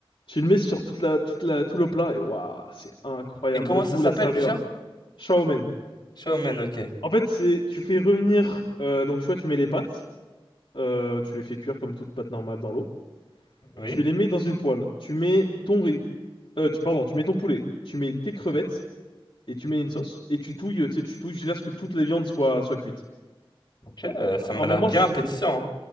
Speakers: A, on the left; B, on the left.
A: Tu le mets sur toute la, toute la, tout le plat et waouh, c'est incroyable.
B: Et comment
A: Le
B: ça
A: goût,
B: s'appelle
A: la saveur.
B: déjà?
A: Ciao, man.
B: Shawmen, ok.
A: En fait, c'est, tu fais revenir, euh, donc tu vois, tu mets les pâtes, euh, tu les fais cuire comme toute pâte normale dans l'eau.
B: Oui.
A: Tu les mets dans une poêle. Tu mets ton riz, euh, tu, pardon, tu mets ton poulet, tu mets tes crevettes et tu mets une sauce et tu touilles, tu sais, tu touilles jusqu'à ce que toute la viande soit, soit cuite.
B: Ok, euh, ça
A: À
B: m'a
A: un moment,
B: l'air bien
A: c-
B: appétissant. hein.